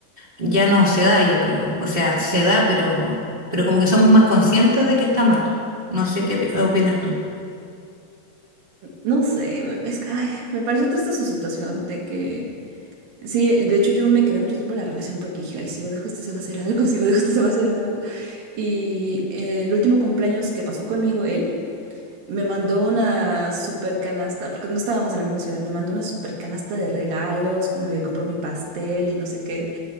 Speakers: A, on the right (about 35°); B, on the right (about 85°).
A: ya no se da, yo creo. O sea, se da, pero, pero como que somos más conscientes de que está mal. No sé qué pi- opinas tú.
B: No sé, es que ay, me pareció triste su situación de que Sí, de hecho yo me quedé mucho tiempo en la relación porque dije, ay, si lo dejo este se va a hacer algo, si lo dejo este se va a hacer algo. Y eh, el último cumpleaños que pasó conmigo, él me mandó una super canasta, porque no estábamos en la misma ciudad, me mandó una super canasta de regalos, me compró mi pastel y no sé qué.